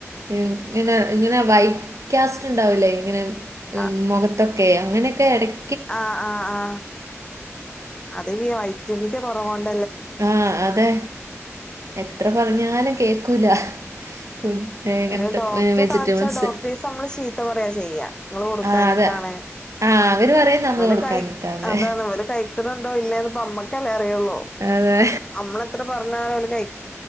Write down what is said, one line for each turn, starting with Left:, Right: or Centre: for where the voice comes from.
Right: ഇങ്ങനെ ഇങ്ങനെ വൈറ്റ് കാസ്റ്റ് ഉണ്ടാവലേ ഇങ്ങനെ ഉം
Left: ആ
Right: മുഖത്തൊക്കെ അങ്ങനെയൊക്കെ ഇട-
Left: ആ ആഹ് ആ അത് വയറ്റമിന്റെ കുറവാണ്ട്
Right: ആ അതെ എത്ര പറഞ്ഞാലും കേക്കൂല ഫുഡ് ഇങ്ങനത്തെ
Left: എതെലും ഡോക്ടറെ
Right: വെജിറ്റബിൾസ്
Left: കാണിച്ചാ ഡോക്ടറെ നമ്മള് ശീത്ത പറയാ ചെയ്യ നിങ്ങള് കൊടുക്കഞ്ഞിട്ടാണ്
Right: ആ അതെ ആ അവര് പറയും നമ്മൾ
Left: ഇവല്
Right: കൊടുക്കാഞ്ഞിട്ടാന്ന്
Left: കൈ അതാണ് ഇവില കൈ ക്കണുണ്ടോ ഇല്ലനീപ്പോ നമ്മക്കല്ലേ അറിയുള്ളൂ
Right: അതെ
Left: നമ്മള് എത്ര പറഞ്ഞാലും ഓല് കഴി-